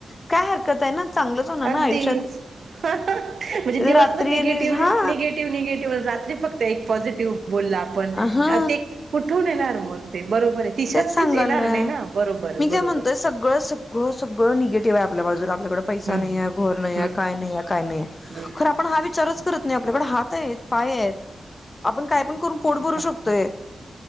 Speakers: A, on the left; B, on the right.
A: काय हरकत आहे ना चांगलंच होणार
B: अगदीच
A: ना आयुष्यात
B: म्हणजे दिवसभण
A: रात्री
B: निगेटिव्ह
A: आणि हा
B: आहे निगेटिव्ह निगेटिव्ह रात्री फक्त एक पॉझिटिव्ह बोलला
A: हा
B: ते कुठून येणार मग ते बरोबर आहे ती शक्तीच
A: तेच सांगालय
B: येणार नाही ना बरोबर
A: मी काय
B: बरोबर
A: म्हणतोय सगळं स सगळं निगेटिव्ह आहे आपल्या बाजूला आपल्याकड पैसा
B: हम्म
A: नाहीे घर नाही
B: हम्म
A: आहे काय नाहीे काय नाहीे
B: हम्म
A: खर हा विचारच करत नाही आप पण हात आहेत पाय आहेत आपण कायण काम करूण पोट भरू
B: बापरे
A: शकतोय